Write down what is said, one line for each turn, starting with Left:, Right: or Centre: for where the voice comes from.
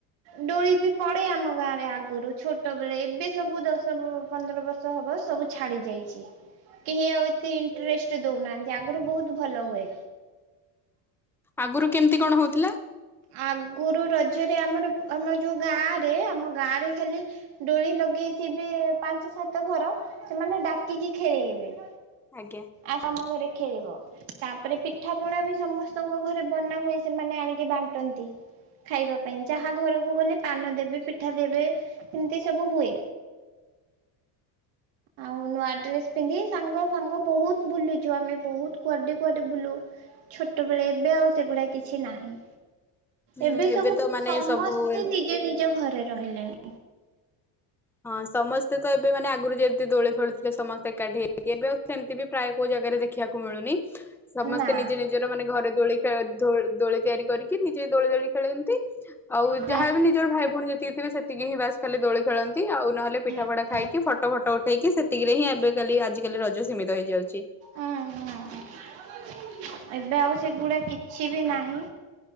Right: ଡୋଳି ବି ପଡେ ଆମ ଗାଁ ରେ ଆଗରୁ ଛୋଟ ବେଳେ। ଏବେ ସବୁ ଦଶ ପନ୍ଦର ବର୍ଷ ଷ ହବ ସବୁ ଛାଡି ଯାଇଚି। କେହି ଆଉ ଏତେ ଇଣ୍ଟରେଷ୍ଟ ଦଉନାହାଁନ୍ତି। ଆଗରୁ ବହୁତ ଭଲ ହୁଏ।
Centre: ଆଗରୁ କେମିତି କଣ ହଉଥିଲା?
Right: ଆଗରୁ, ରଜରେ ଆମର, ଆମର ଯୋଉ ଗାଁ ରେ ଆମ ଗାଁରେ ଖାଲି ଡୋଳି ଲଗେଇ ଥିବେ ପାଞ୍ଚ ସାତ ଘର। ସେମାନେ ଡାକିକି ଖେଳେଇବେ।
Centre: ଆଜ୍ଞା।
Right: ଆସ ଆମ ଘରେ ଖେଳିବ। ତା'ପରେ ପିଠା ପଣା ବି ସମସ୍ତଙ୍କ ଘରେ ବନା ହୁଏ। ସେମାନେ ଆଣିକି ବାଣ୍ଟ ଟନ୍ତି। ଖାଇବା ପାଇଁ, ଯାହା ଘରକୁ ଗଲେ ପାନ ଦେବେ, ପିଠା ଦେବେ। ଏମିତି ସବୁ ହୁଏ। ଆଉ ନୂଆ ଡ୍ରେସ୍ ପିନ୍ଧି ସାଙ୍ଗ ଫାଙ୍ଗ ବହୁତ ବୁଲୁଚୁ, ଆମେ ବହୁତ କୁଆଡ଼େ କୁଆଡ଼େ ବୁଲୁ। ଛୋଟବେଳେ, ଏବେ ଆଉ ସେଗୁଡା କିଛି ନାହିଁ।
Centre: ହୁଁ
Right: ଏବେ, ସବୁ
Centre: ତ ମାନେ
Right: ସମସ୍ତେ
Centre: ସବୁ ଏ
Right: ନିଜ ନିଜ ଘରେ ରହିଲେଣି।
Centre: ହଁ ସମସ୍ତେ ତ ଏବେ ମାନେ ଆଗରୁ ଯେମିତି ଦୋଳି ଖେଳୁଥିଲେ, ସମସ୍ତେ ଏକାଠି ହେଇକି। ଏବେ ଆଉ ସେମିତି ବି ପ୍ରାୟ କୋଉ ଜାଗାରେ ଦେଖ୍ ଦେଖିଆକୁ ମିଳୁନି। ସମସ୍ତେ
Right: ନା।
Centre: ନିଜେ ନିଜର ମାନେ ଘରେ ଦୋଳି ଖେ ଧୋ ଦୋଳି ତିଆରି କରିକି, ନିଜେ ଦୋଳି ଦୋଳି ଖେଳନ୍ତି। ଆଉ,
Right: ହୁଁ ହୁଁ
Centre: ଯାହା ବି ନିଜର ଭାଇ ଭଉଣି ଯେତିକିଥିବେ, ସେତିକି ହିଁ ବାସ୍ ଖାଲି ଦୋଳି ଖେଳନ୍ତି ଆଉ ନହେଲେ ପିଠା
Right: ହୁଁ
Centre: ପଢା ଖାଇକି ଫଟୋ ଫଟୋ ଉଠେଇକି ସେତିକିରେ ହିଁ, ଏବେ କାଲି ଆଜିିକାଲି ରଜ ସୀମିତ ହେଇଯାଉଛି।
Right: ଉଁ, ହୁଁ। ଏବେ ଆଉ ସେଗୁଡା କିଛି ବି ନାହିଁ।